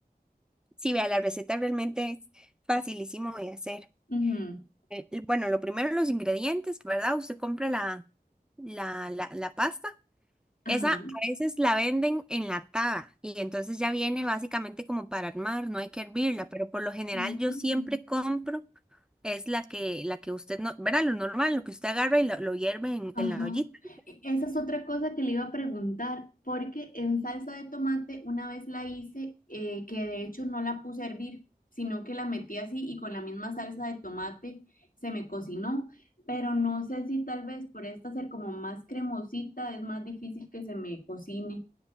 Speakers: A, in the centre; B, on the left (about 60°).
A: Sí, vea, la receta realmente es facilísimo de hacer.
B: Ujú,
A: Eh, y bueno, lo primero los ingredientes, ¿verdad? Usted compra la, la, la, la pasta.
B: Ajá.
A: Esa a veces la venden enlatada y entonces ya viene básicamente como para armar, no hay que hervirla, pero por lo general
B: Ah,
A: yo siempre compro, es la que, la que usted, no, ¿verdad? Lo normal, lo que usted agarra y lo, lo hierve en,
B: Ajá.
A: en la ollita.
B: E- Esa es otra cosa que le iba a preguntar, porque en salsa de tomate una vez la hice, eh, que de hecho no la puse a hervir, sino que la metí así y con la misma salsa de tomate se me cocinó, pero no sé si tal vez por esta ser como más cremosita es más difícil que se me cocine.